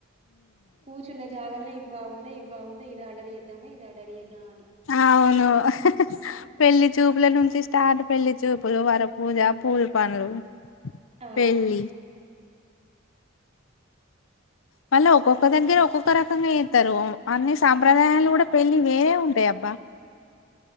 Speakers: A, on the right; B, on the left.
A: కూచున్న జాగాలో ఇది బావుందా ఇది బావుందా ఇది ఆర్డర్ చేద్దామా ఇది ఆర్డర్ చేద్దామా అని
B: అవును అహ్ హపెళ్లిి చూపుల నుంచి స్టార్ట్ పెళ్లిి చూపు ప్పులు వార పూజా పూలు పనులు
A: ఆ
B: పెళ్లీ మళ్ళా ఒక్కొక్క దగ్గర ఒక్కొక్క రకంగా ఇస్తారు అన్ని సాంప్రదాయాలు కూడా పెళ్ళి వేరే ఉంటాయి అబ్బా